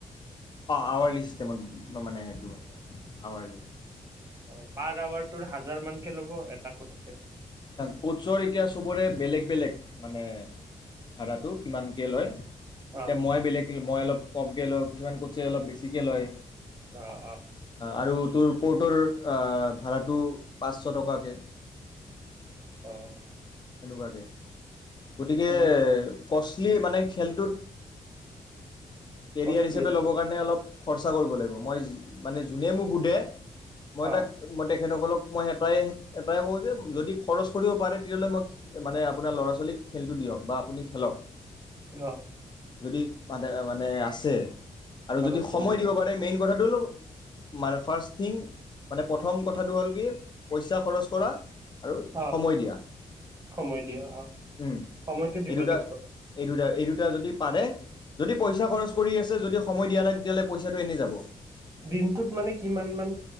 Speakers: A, on the left (about 35°); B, on the right (about 25°).
A: অ' আৱাৰলি চিষ্টেমত মানে সেইটো আৱাৰলি।
B: অ' পাৰ আৱাৰ তোৰ হাজাৰ মানকে ল'ব এটা কৰছে।
A: কোৰ্ছৰ এতিয়া চবৰে বেলেগ বেলেগ মানে ভাৰাটো কিমানকে লয়। এতিয়া
B: অ
A: মই বেলেগ, মই অলপ। কমকৈ লওঁ কিছুমান কৰ্ছে অলপ বেছিকৈ লয়,
B: অ অ
A: আৰু তোৰ। ক'ৰ্টৰ ভাড়াটো পাঁচশ টকাকৈ।
B: অ'।
A: সেনেকুৱাকে, গতিকে
B: অ
A: কষ্টলি মানে। খেলটোত কেৰিয়াৰ
B: কষ্টলি
A: হিচাপে
B: আছে
A: ল'বৰ কাৰণে অলপ খৰচা কৰিব লাগিব। মই মানে যোনে মোক সোধে মই
B: অ
A: তাক মই তেখেতসকলক মই এটাই-এটাই কওঁ যে, যদি খৰচ কৰিব পাৰে, তেতিয়াহ'লে মই মানে আপোনাৰ ল'ৰা ছোৱালীক খে'লটো দিয়ক বা আপুনি খেলক।
B: <unintelligible>
A: যদি ম-মানে আছে। আৰু
B: খৰচ
A: যদি সময়
B: কৰিব
A: দিব
B: পাৰি
A: পাৰে মেইন, কথাটো মানে ফাৰ্ষ্ট থিং মানে প্ৰথম কথাটো হ'ল কি পইচা খৰচ কৰা আৰু
B: অ
A: সময় দিয়া।
B: সময় দিয়া। অ,
A: উম
B: সময়টো দিব
A: এই দুটা
B: লাগিব।
A: এই দুটা এই দুটা যদি পাৰে যদি পইচা খৰচ কৰি আছে, যদি সময় দিয়া নাই, তেতিয়াহলে পইচাটো এনে যাব।
B: দিনটোত মানে কিমান মান